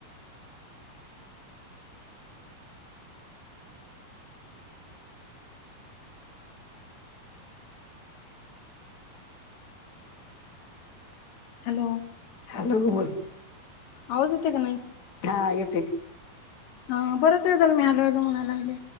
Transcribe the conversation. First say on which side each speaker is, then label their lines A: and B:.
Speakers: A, on the left; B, on the left.
A: Hello
B: hello बोल
A: आवाज येते का नाही
B: हा येतो
A: हा बरच वेळे झाल मी हलोल म्हणायला लागले